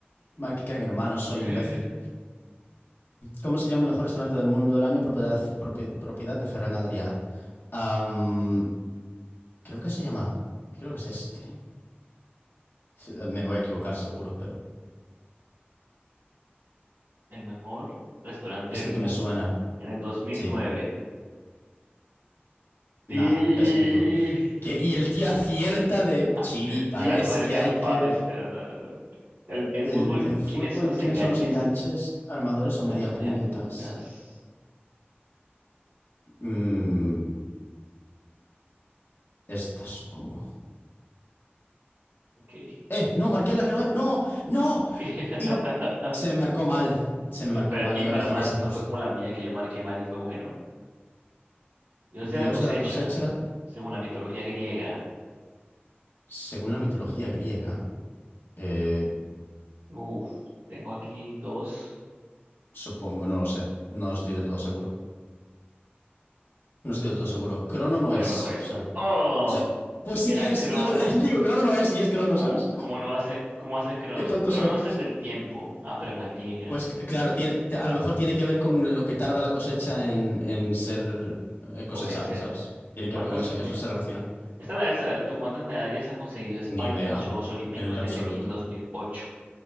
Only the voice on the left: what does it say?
mal que eran hermanos, soy
imbécil. ¿Cómo se llama el mejor restaurante del mundo del año? Propiedad, propi- propiedad de Ferran Adrià. Am, creo que se llama. Creo que es este. Sí, Me voy a equivocar seguro, pero
es
el
que me suena.
Sí.
Nah, ves, me equivoco. Que, y el tío acierta de chiripa.
Es
que
hay que.
El,
en fútbol,
¿quiénes
son los enganches, armadores
o mediapuntas?
Mm, esta, supongo.
¡Eh!
No, marqué la que no es. ¡No! ¡No!
Iba. Se me marcó mal. Se me marcó
mal.
Iba
a elegir
esa
justo.
Dios
de la cosecha,
según la mitología griega. Eh,
supongo, no lo sé. No estoy del todo seguro. No estoy del todo seguro. Crono no
es,
seguro.
Sí, Pues sí
que
es. LOL, <laughs> Digo, Crono no es y es Crono,
¿sabes?
Qué tonto
soy.
Pues claro, tiene, te- a lo mejor tiene que ver con lo que tarda la cosecha en, en ser eh, cosechable,
¿sabes? Tiene
que ver con eso,
eso se relaciona.
Ni idea,
en lo
absoluto,